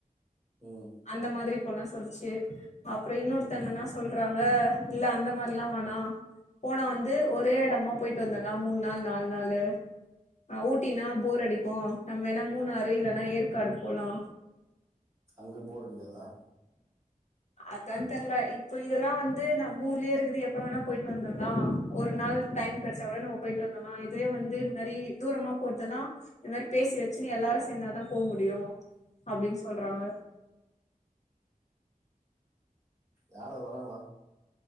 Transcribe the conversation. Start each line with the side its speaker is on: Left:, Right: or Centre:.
Right: ம் ம்
Left: அந்த மாதிரி போலா சொல்லுச்சு அப்புறோ இன்னொருத்தங்கனா
Right: ம்
Left: சொல்றா ங்க இல்ல அந்த மாரில்லா வேணா போனா வந்து ஒரே எடமா போயிட்டு வந்துடலா மூணு நாள் நாலு நாளு ஆஹ் ஊட்டினா போர்
Right: ம்
Left: அடிக்கு நம்ம வேணா மூணாறு இல்லன்னா ஏற்காடு போலா
Right: அங்க போர் அடிக்காதா
Left: அதா தெர்ல இப்போ இதெல்லா வந்து நம்ம ஊர்லயேயிருக்குது எப்ப வேணா போயிட்டு வந்துருலா ஒரு நாள் டைம்
Right: ம்
Left: கெடச்சா கூட நம்ப போயிட்டு வந்துலா இதுவே வந்து இந்த மாரி தூரமா போறதெல்லா இந்த மாரி பேசி வெச்சுனு எல்லாரோ சேந்தாதா போ முடியோ அப்டின்னு சொல்றாங்க
Right: யாரு வராங்களா